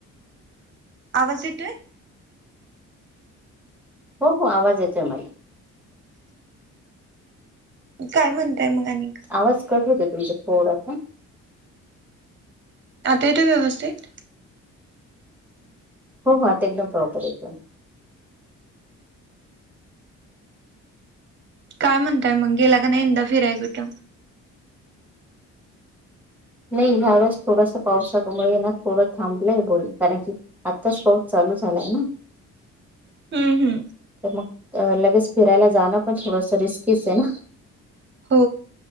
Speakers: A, on the right; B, in the centre.
A: आवाज येतोय?
B: हो हो आवाज येतोय मला.
A: काय म्हणताय मग आणिक.
B: आवाज कट होतोय तुमचा थोडासा.
A: आता येतोय व्यवस्थित?
B: हो हो, आता एकदम प्रॉपर येतोय.
A: काय म्हणताय मग गेला का नाही यंदा फिराय कुठं?
B: नाही ह्या वेळेस थोडसा पावसामुळे ना थोडं थांबलंय बोल कारण की. आताच पाउस चालू झालाय ना?
A: हम्म हम्म.
B: तर मग लगेच फिरायला जाणं पण थोडस रिस्कीच आहे ना.
A: हो